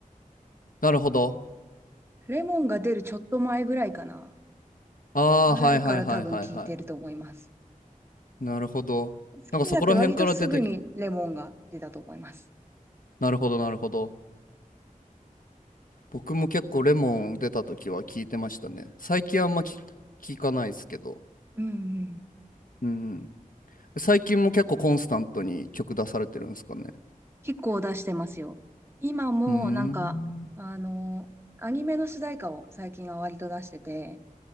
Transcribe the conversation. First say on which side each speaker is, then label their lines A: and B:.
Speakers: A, on the left; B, on the right.
A: なるほど。
B: レモンが出るちょっと前ぐらいかな。
A: ああ、
B: ぐらいから多分聞いてると思います。
A: はいはいはいはいはい。なるほど。
B: 好きになって割とすぐにレモンが出たと思います。
A: なんかそこら辺から出てきた。なるほど、なるほど。僕も結構レモン出た時は聞いてましたね。最近あんま聞、聞かないですけど。
B: うんうん。
A: うん。最近も結構コンスタントに曲出されてるんですかね。
B: 結構出してますよ。今もなんか、
A: うーん。
B: あの、アニメの主題歌を最近は割と出してて、